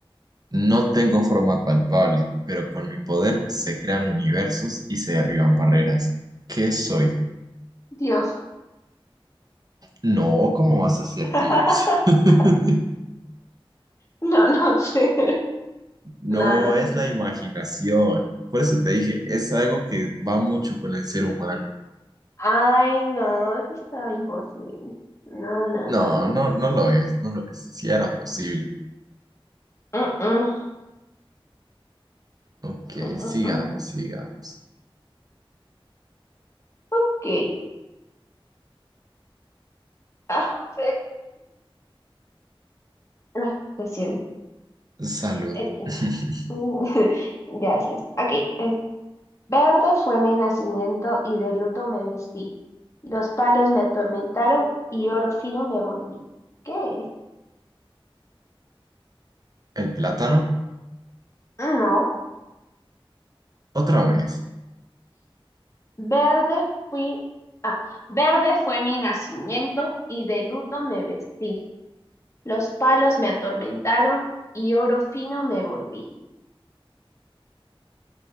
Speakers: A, on the right (about 40°); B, on the left (about 30°).
A: No tengo forma palpable, pero con mi poder se crean universos y se derriban barreras. ¿Qué soy?
B: Dios.
A: No, ¿cómo vas a ser
B: <laughs>
A: Dios? <laughs>
B: No, no sé.
A: No,
B: No, no sé.
A: es la imaginación. Por eso te dije, es algo que va mucho con el ser humano.
B: Ay, no, eso está imposible. No, no,
A: No,
B: no, no.
A: no, no lo es, no lo es. Si era posible.
B: Mm, mm.
A: Ok,
B: Mm,
A: sigamos,
B: mm,
A: sigamos.
B: Ok. Ah, fe- ah, lo siento.
A: Salud.
B: Ok.
A: <laughs>
B: Mm, <laughs> Gracias. Ok. es- Verde fue mi nacimiento y de luto me vestí. Los palos me atormentaron y oro fino me volví. ¿Qué es?
A: ¿El plátano?
B: No.
A: Otra vez.
B: Verde fui. Ah, verde fue mi nacimiento y de luto me vestí. Los palos me atormentaron y oro fino me volví.